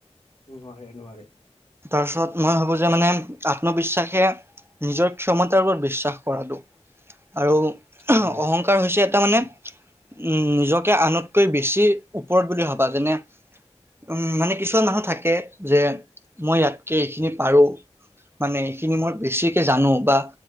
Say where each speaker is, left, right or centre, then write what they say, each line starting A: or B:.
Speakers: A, on the left; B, on the right.
A: নোৱাৰে নোৱাৰে।
B: তাৰপিছত মই ভাবো যে মানে আত্মবিশ্বাসে নিজৰ ক্ষমতাৰ ওপৰত বিশ্বাস কৰাটো আৰু
A: হয়
B: অহংকাৰ হৈছে তাৰ মানে উম নিজকে আনতকৈ বেছি ওপৰত বুলি ভাবা যেনে উম, মানে কিছুমান মানুহ থাকে যে মই ইয়াতকে এইখিনি পাৰো মানে এইখিনি মই বেছিকে জানো বা